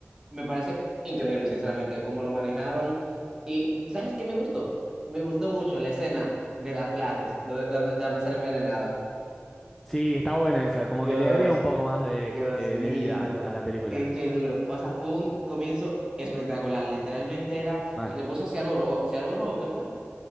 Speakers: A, on the right; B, in the centre.
A: Me parece increíble, sinceramente, cómo lo manejaron. Y, ¿sabes qué me gustó? Me gustó mucho la escena de las clases, donde, donde la manzana envenenada.
B: Sí, está buena esa, como
A: Dios,
B: que le agrega un poco más de,
A: Dios
B: de-
A: mío,
B: de vida al- a, la película.
A: qué, qué duro. O sea, fue un comienzo espectacular. Literalmente era
B: Mal.
A: que le puso cianuro, o, cianuro, ¿o qué fue?